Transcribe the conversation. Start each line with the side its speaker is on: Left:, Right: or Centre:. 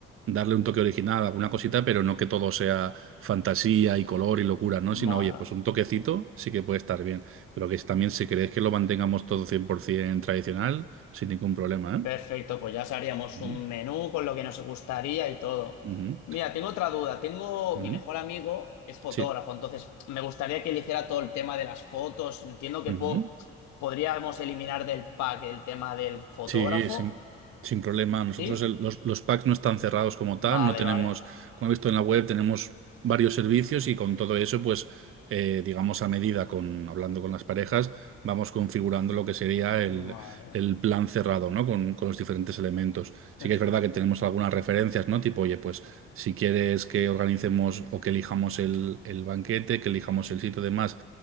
Right: darle un toque original a alguna cosita, pero no que todo sea fantasía y color y locura, ¿no? Sino,
Left: Ma-
Right: oye, pues un toquecito sí que puede estar bien. Pero que también si queréis que lo mantengamos todo 100% tradicional, sin ningún problema, ¿eh?
Left: Perfecto, pues ya haríamos
Right: Ujú,
Left: un menú con lo que nos gustaría y todo.
Right: ujú,
Left: Mira, tengo otra duda. Tengo,
Right: ujú.
Left: mi mejor amigo es fotógrafo,
Right: Sí.
Left: entonces me gustaría que le hiciera todo el tema de las fotos. Entiendo que
Right: Ujú.
Left: po- podríamos eliminar del pack el tema del fotógrafo.
Right: Sí, sin, sin problema. Nosotros
Left: ¿Sí?
Right: el- los, los packs no están cerrados como tal,
Left: Vale,
Right: no tenemos,
Left: vale.
Right: como he visto en la web, tenemos varios servicios y con todo eso, pues, eh, digamos a medida, con, hablando con las parejas, vamos configurando lo que sería el,
Left: Vale,
Right: el plan cerrado, ¿no? Con, con los diferentes elementos.
Left: perfecto.
Right: Sí que es verdad que tenemos algunas referencias, ¿no? Tipo, oye, pues si quieres que organicemos o que elijamos el, el banquete, que elijamos el sitio y demás,